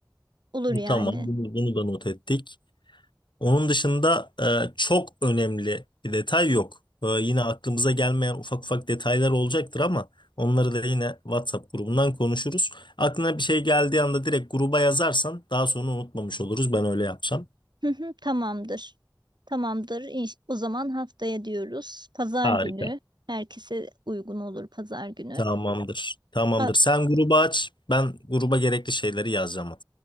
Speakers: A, on the right; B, on the left.
A: olur yani.
B: Tamam bunu, bunu da not ettik. Onun dışında e, çok önemli bir detay yok. E, yine aklımıza gelmeyen ufak ufak detaylar olacaktır ama onları da yine WhatsApp grubundan konuşuruz. Aklına bir şey geldiği anda direkt gruba yazarsan daha sonra unutmamış oluruz. Ben öyle yapacağım.
A: Hı hı, tamamdır. Tamamdır. İnş- O zaman haftaya diyoruz. Pazar
B: Harika.
A: günü. Herkese uygun olur pazar günü.
B: Tamamdır. Tamamdır.
A: Ha,
B: Sen grubu aç. Ben gruba gerekli şeyleri yazacağım.